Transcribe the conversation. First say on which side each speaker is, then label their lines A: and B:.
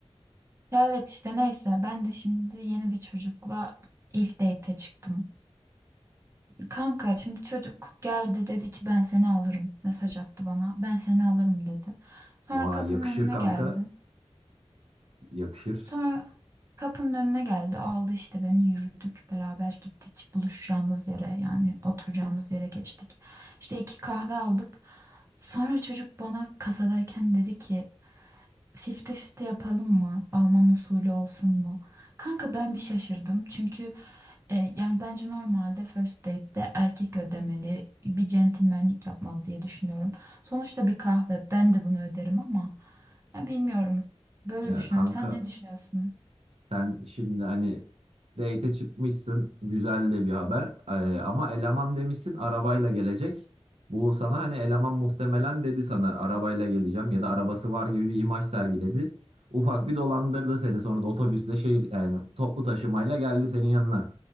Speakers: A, on the right; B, on the right.
A: Ya evet işte neyse ben de şimdi yeni bir çocukla ilk date'e çıktım. Kanka şimdi çocuk geldi dedi ki ben seni alırım. Mesaj attı bana. Ben seni alırım dedi. Sonra
B: Vay
A: kapının
B: yakışır
A: önüne
B: kanka.
A: geldi.
B: Yakışır.
A: Sonra kapının önüne geldi, aldı işte beni, yürüdük beraber gittik buluşacağımız yere yani oturacağımız yere geçtik. İşte iki kahve aldık. Sonra çocuk bana kasadayken dedi ki 50-50 yapalım mı? Alman usulü olsun mu? Kanka ben bir şaşırdım çünkü e, yani bence normalde first date'de erkek ödemeli bir centilmenlik yapmalı diye düşünüyorum. Sonuçta bir kahve ben de bunu öderim ama ya bilmiyorum böyle
B: Ya
A: düşünüyorum.
B: kanka
A: Sen ne düşünüyorsun?
B: Sen şimdi hani date'e çıkmışsın. Güzel de bir haber. Ee, ama eleman demişsin arabayla gelecek. Bu sana hani eleman muhtemelen dedi sana arabayla geleceğim ya da arabası var gibi bir imaj sergiledi. Ufak bir dolandırdı seni. Sonra da otobüsle şehir yani toplu taşımayla geldi senin yanına.